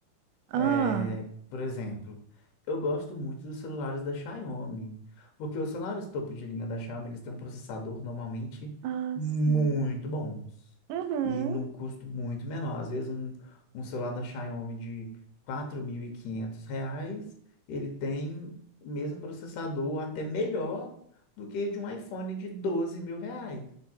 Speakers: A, on the right; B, on the left.
A: Ah,
B: É, por exemplo, eu gosto muito dos celulares da Xiaomi, porque os celulares topo de linha da Xiaomi, eles têm um processador normalmente
A: ah,
B: muito
A: sim.
B: bons
A: Uhum.
B: e num custo muito menor. Às vezes um, um celular da Xiaomi de 4.500 reais, ele tem o mesmo processador, até melhor do que de um iPhone de 12 mil reais,